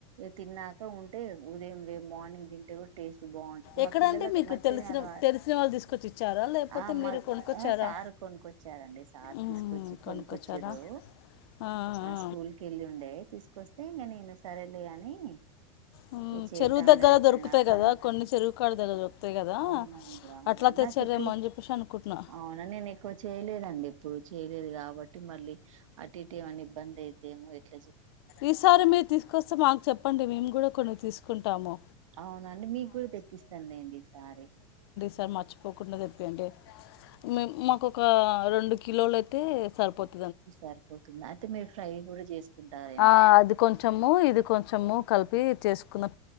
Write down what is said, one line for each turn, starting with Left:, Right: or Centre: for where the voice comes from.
Right: తిన్నాక ఉంటే ఉదయం లేప్ మార్నింగ్ తింటే గుడు టేస్ట్ బాగుటది
Left: ఎక్కడంటే
Right: మా పిల్లలకు
Left: మీకు
Right: మంచిగానే
Left: తెలిసిన
Right: ఆ
Left: తెలిసిన వాళ్ళు తీసుకొచ్చి ఇచ్చారా లేకపోతే
Right: ఆమ్
Left: మీరు కొనుక్కొచ్చారా
Right: ఆ సారు కొనుక్కొచ్చారండి సార్
Left: మ్మ్,
Right: తీసుకొచ్చి కొనుకొచ్చిరు
Left: కొనుక్కొచ్చారా ఆ, ఆ.
Right: స్కూల్ కెళ్ళి ఉండే తీసుకొస్తే ఇంగ నేను నేను సరే లే అని ఇ
Left: మ్మ్,
Right: చేద్దాంలే
Left: చెరువు దగ్గర
Right: అనుకున్నా
Left: దొరుకుతాయి
Right: కానీ
Left: కదా కొన్ని చెరువు కాడ దగ్గర దొరుకుతాయి కదా
Right: అవునండి అవునండి
Left: అట్లా తెచ్చారేమో
Right: నాకెప్పుడు
Left: అని చెప్పేసి అనుకుంటున్నా
Right: అవున నేను ఎక్కువ చేయలేదండి. ఇప్పుడు చేయలేదు కాబట్టి మళ్ళీ అటు ఇటు ఏవన్న దేదేమో ఇట్లు
Left: ఈసారి మీరు తీసుకొస్తే మాక్ చెప్పండి మేము కూడా కొన్ని తీసుకున్ తామో
Right: అవునండి మీక్ కూడా తెప్పిస్తాను. లేండి ఈ సారి
Left: సర్ మర్చిపోకుండ తెప్పియండి. మేము మాకు ఒక రెండు కిలోలు అయితే సరుపోదు
Right: సర్ పోతుంది అయితే మీరు ఫ్రై కూడా చేసుకుంటారు
Left: ఆ అది కొంచము ఇది కొంచము కలుప్ వీర్ చేసుకున్నాం